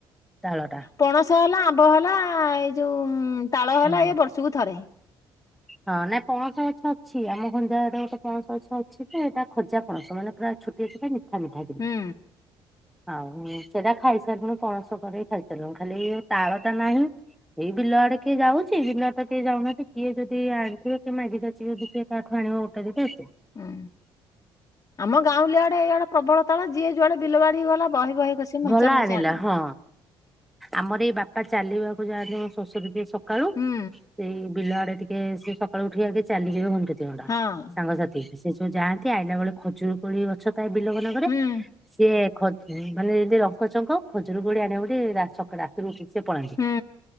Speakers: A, in the centre; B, on the left.
A: ତାଳଟା
B: ପଣସା ହେଲା ଆମ୍ବ ହେଲା ଏଇ ଯୋଉ ତାଳ
A: ହୁଁ
B: ହେଲା ଇଏ ବର୍ଷକୁ ଥରେ।
A: ହଁ ନାଇଁ ପଣସ ଗଛ ଅଛି। ଆମ ଘଞ୍ଜା ଗୋଟେ ପଣସ ଗଛ ଅଛି ତ ଏଇଟା ଖଜା ପଣସ ମାନେ ପୁରା। ଛୁଟିଆ ଛୁଟିଆ ମିଠା ମିଠା କିନ୍ତୁ।
B: ହୁଁ।
A: ଆଉ ସେଟା ଖାଇସାରିଲୁଣି ପଣସ କରିକି ଖାଇସାରିଲୁଣି ଖାଲି ତାଳ ଟା ନାହିଁ। ଏଇ ବିଲ ଆଡେ କିଏ ଯାଉଛି ବିଲ ଆ ଟା କିଏ ଯାଉନାହାନ୍ତି। କିଏ ଯଦି ଆଣିଥିବ କିଏ ମାଗି ଯାଉଛି ଯଦି କିଏ କାହାଠ ଆଣିବ ଗୋଟେ ଦିଟା
B: ହୁଁ ଆମ ଗାଉଁଲିଆଡେ ଏଇଆଡେ ପ୍ରବଳ ତାଳ ଯିଏ ଯୁଆଡେ ବିଲ ବାଡି ଗଲା ବହେ ବହେ କଷି ମେଞ୍ଚା
A: ଗଲା
B: ମେଞ୍ଚା
A: ଆଣିଲା
B: ଆଣିବ।
A: ହଁ ଆମର ଏଇ ବାପା ଚାଲିବାକୁ ଯାଆନ୍ତି ଶ୍ୱଶୁର ଯିଏ ସବୁ ସକାଳୁ
B: ହୁଁ।
A: ସେଇ ବିଲ ଆଡେ ଟିକେ ସେ ସକାଳୁ ଉଠିକ ଆ ଚାଲିକ ଘଣ୍ଟେ ଦି ଘଣ୍ଟା
B: ହଁ
A: ସାଙ୍ଗସାଥି ସେ ଯୋଉ ଯାଆନ୍ତି ଆଇଲା ବେଳେ ଖଜୁର କୋଳି ଗଛ ଥାଏ ବିଲୋବ ମାନଙ୍କରେ
B: ହୁଁ
A: ସିଏ ଖ ମାନେ ଯେମିତି ରଙ୍କ ଚଙ୍କ ଖଜୁରୀକୋଳି ଆଣିବେ ବୋଲି ରାତିରୁ ସିଏ ପଳାନ୍ତି।
B: ହୁଁ